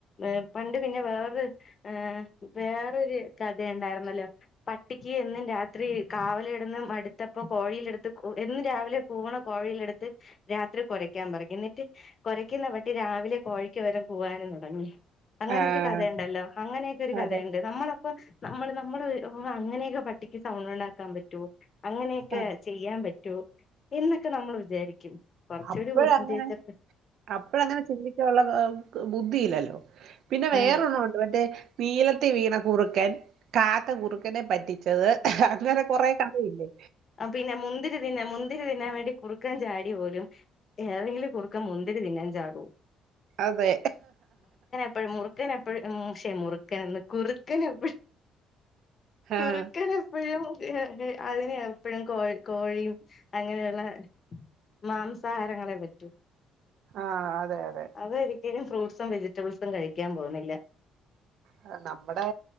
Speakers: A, on the left (about 45°); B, on the right (about 70°).
A: ഏഹ് പണ്ട് പിന്നെ വേറൊ ഏഹ് വേറൊരു കഥയൊണ്ടായിരുന്നല്ലോ പട്ടിക്ക് എന്നും രാത്രി കാവല് കെടന്നു മടുത്തപ്പോ കോഴിയിലെടു ത്ത് കോ എന്നും രാവിലെ കൂവണ കോഴിയിലെടുത്ത് രാത്രി കുരക്കാൻ പറെം എന്നിട്ട് കൊരയ്ക്കുന്ന പട്ടി രാവിലെ കോഴിക്കുപകരം കൂവാനും തുടങ്ങി. അങ്ങനെ
B: ആഹ്
A: ഒരു കഥയൊണ്ടല്ലോ, അങ്ങനെയൊക്കെ ഒരു കഥയുണ്ട്,
B: അതെ
A: നമ്മളപ്പ നമ്മള് നമ്മള് അങ്ങനെയൊക്കെ പട് ട്ടിക്ക് സൗണ്ടൊണ്ടാക്കാൻ പറ്റോ അങ്ങനെയൊക്കെ.
B: ആ
A: ചെയ്യാൻ പറ്റോ എന്നൊക്കെ നമ്മൾ വിചാരിക്കും കുറച്ചുകൂടി
B: അപ്പഴങ്ങനെ
A: ബുദ്ധിയുപയോഗിച്ചപ്പോ
B: അപ്പഴങ്ങനെ ചിന്തിക്കാനുള്ള ആ ബുദ്ധിയില്ലല്ലോ പിന്നെ വേറൊരെണ്ണമുണ്ട്
A: ആഹ്
B: മറ്റേ നീലത്തി വീണ കുറുക്കൻ കാക്ക കുറുക്കനെ പറ്റിച്ചത് അങ്ങനെ കുറെ ക ഥയില്ലേ?
A: ആഹ് പിന്നെ മുന്തിരി തിന്ന മുന്തിരി തിന്നാൻ വേണ്ടി കുറു ക്കൻ ചാടി പോലും, ഏതെങ്കിലും കുറുക്കൻ മുന്തിരി തിന്നാൻ ചാടോ?
B: അതെ.
A: അപ്പഴ മുറുക്കൻ എപ്പഴ ഉം ശേ മുറുക്കനെന്ന് കുറുക്കനെപ്പഴും
B: ആഹ്
A: കുറുക്കൻ എപ്പഴും അ അതിനെയ പ്പഴും കോ കോഴിയും അങ്ങനെയുള്ള മാംസാഹാരങ്ങളെ പറ്റൂ.
B: ആഹ് അതെ അതെ.
A: അതൊരിക്കലും ഫ്രൂട്ട്സും വെജിറ്റബിൾസും കഴിക്കാൻ പോകുന്നില്ല.
B: അഹ് നമ്മുടെ